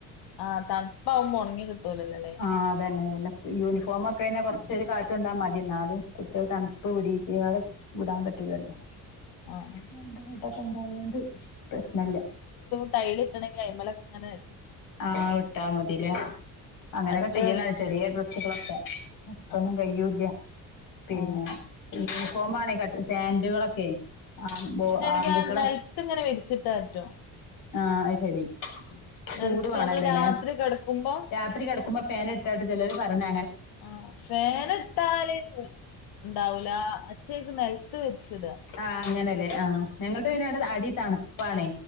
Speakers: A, on the left (about 85°); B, on the left (about 65°).
A: ആഹ് തണുപ്പാകുമ്പ ഉണങ്ങി കിട്ടൂലല്ലോ ല്ലേ.
B: ആ അതന്നെ പിന്നെ യൂണിഫോം ഒക്കെ തന്നെ കൊറച്ചൊരു കാറ്റൊണ്ടാ മതി ന്നാലും കുട്ടികൾ തണുപ്പ് വിടിപ്പികാതെ വിടാൻ പറ്റൂലല്ലോ
A: ആഹ് ആഹ്
B: രണ്ട് കൂട്ടൊക്കെ ഉണ്ടായൊണ്ട് പ്രശ്നല്ല
A: ട്ടൈലിട്ടണെങ്കി അയ്മലൊങ്ങെനെ വെച്ച്
B: ആഹ് വിട്ടാ മതിലേ. അങ്ങനെയൊക്കെ
A: അടുപ്പ്
B: ചെയ്യലാണ് ചെറിയ ഡ്രസ്സുകളൊക്കെ ഒക്ക
A: ആഹ്
B: ഒന്നും കയ്യൂല്യ.
A: ആഹ്
B: എ യൂണിഫോം ആണെ കട്ട് ഫാന്റുകളൊക്കെ. ആ മ് ബോ
A: പിന്നെ എടക്ക്
B: ആൺകുട്ടികളെ
A: നെലത്ത് ഇങ്ങനെ വിരിച്ചിട്ടാ പറ്റും
B: ആഹ അയ്ശരി. ചൂട്
A: നെലത്ത്
B: വാണല്ലോല്ലേ
A: നമ്മള് രാത്രി കെടക്കുമ്പോ
B: രാത്രി കിടക്കുമ്പോ ഫാൻ ഇട്ടാട്ട് ചിലോർ പർഞ്ഞ
A: ആ ഫേന് ഇട്ടാല് ണ്ടാവൂല അച്ചേക്ക് നെൽത്ത് വരിച്ച് ടാ
B: ആഹ് അങ്ങനെല്ലേ ആ ഞങ്ങൾ തെ പിന്നട് അടി തണുപ്പാണേ